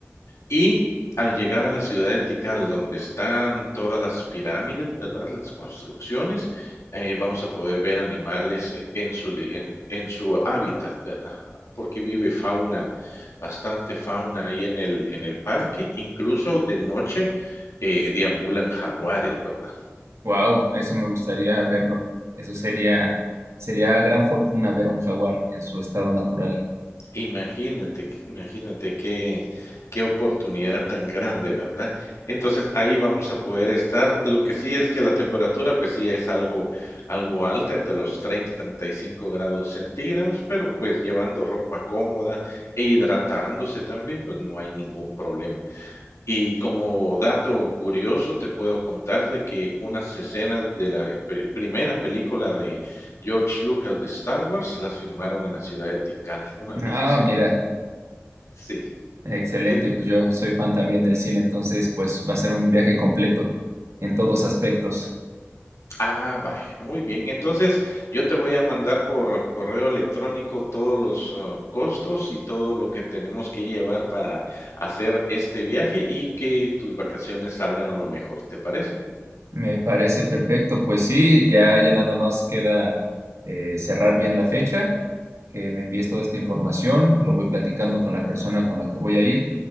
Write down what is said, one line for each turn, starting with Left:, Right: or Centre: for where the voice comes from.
Left: y al llegar a la ciudad de Tikal, donde están todas las pirámides, ¿verdad? Las construcciones, eh, vamos a poder ver animales eh, en su, li- en, en su hábitat, ¿verdad? Porque vive fauna, bastante fauna ahí en el, en el parque, incluso de noche eh, deambulan jaguares, ¿verdad?
Right: wow, eso me gustaría verlo. Eso sería, sería gran fortuna ver un jaguar en su estado natural.
Left: Imagínate, imagínate qué, qué oportunidad tan grande, ¿verdad? Entonces ahí vamos a poder estar. Lo que sí es que la temperatura, pues sí es algo, algo alta, entre los treinta y treinta y cinco grados centígrados, pero pues llevando ropa cómoda e hidratándose también, pues no hay ningún problema. Y como dato curioso, te puedo contar de que unas escenas de la pe- primera película de George Lucas de Star Wars las filmaron en la ciudad de Tikal, una de
Right: Ah,
Left: las escenas.
Right: mira,
Left: Sí.
Right: excelente.
Left: ¿Qué?
Right: Pues yo soy fan también del cine, entonces pues va a ser un viaje completo en todos aspectos.
Left: Ah, vaya, muy bien. Entonces, yo te voy a mandar por correo electrónico todos los ah, costos y todo lo que tenemos que llevar para hacer este viaje y que tus vacaciones salgan lo mejor, ¿te parece?
Right: Me parece perfecto. Pues sí, ya, ya nada más queda eh, cerrar bien la fecha, que me envíes toda esta información, lo voy platicando con la persona con la que voy a ir